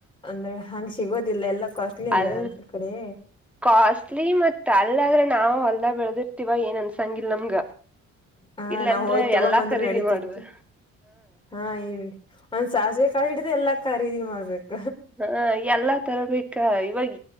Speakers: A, on the left; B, in the centre.
A: ಅಂದ್ರೆ ಹಂಗ್ ಸಿಗೋದಿಲ್ಲ ಎಲ್ಲಾ ಕಾಸ್ಟ್ಲಿ ಅಲ್ಲ
B: ಅಲ್
A: ಅ ಕಡೆ.
B: ಕಾಸ್ಟ್ಲಿ ಮತ್ತ್ ಅಲ್ಲ ಆದ್ರೆ ನಾವವು ಹೊಲ್ದ ಬೆಳೆದಿರ್ತಿವ ಏನ್ ಅನ್ಸಂಗಲ್ ನಮ್ಗ.
A: ಹಾ
B: ಇಲ್ಲಾಂದ್ರ
A: ನಾವ್ ಹೋಯ್ತ್ ತಗೊಂಬಂದ್ರ
B: ಎಲ್ಲಾ ಖರೀದಿ
A: ನೆಡಿತಿತ್ತು
B: ಮಾಡ್ಬೇ
A: ಹಾ ಹೇಳಿ ಒಂದ್ ಸಾಸಿವೆ ಕಾಳಿಹಿಡ್ದು ಎಲ್ಲಾ ಖರೀದಿಗೆ ಮಾಡ್ಬೇಕ.
B: ಹ ಎಲ್ಲಾ ತರ ಬೇಕಾ ಈವಾಗ.